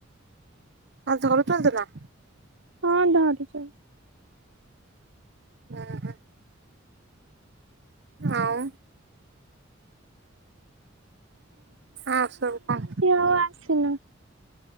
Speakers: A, on the right (about 60°); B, on the right (about 80°).
A: ଆଜି ସକାଳୁ ଚନ୍ଦିଲା
B: ହଁ ଧରୁଚି।
A: ଅହ ଆଉ ଆଉ ସବୁ କ?
B: ସିଏ ଆଉ ଆସିନି।